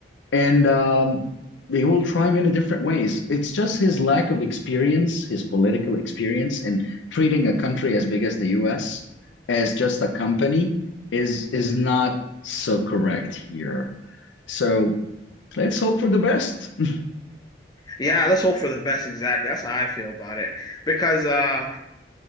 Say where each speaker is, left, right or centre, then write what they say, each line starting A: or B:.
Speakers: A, on the left (about 80°); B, on the left (about 20°).
A: and um, he will try him in a different ways. It's just his lack of experience, his political experience, and treating a country as big as the U.S. as just a company is is
B: mm.
A: not so correct here. So let's hope for the best. <laughs>
B: Yeah, let's hope for the best. Exactly. That's how I feel about it. Because uh